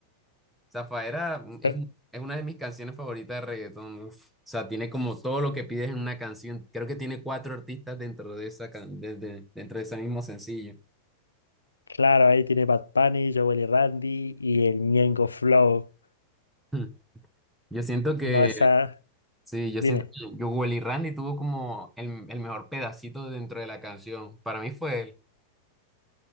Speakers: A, in the centre; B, on the left (about 75°).
A: Zafaera mm, es,
B: per-
A: es una de mis canciones favoritas de reggaetón. uf. O sea, tiene como todo lo que pides en una canción. Creo que tiene cuatro artistas dentro de esa can- de- de- dentro de ese mismo sencillo.
B: claro, ahí tiene Bad Bunny, Jowell y Randy y el Ñengo Flow.
A: Hmm. Yo siento que,
B: No, esa,
A: sí, yo
B: dime.
A: siento que Jowell y Randy tuvo como el, el mejor pedacito dentro de la canción. Para mí fue él.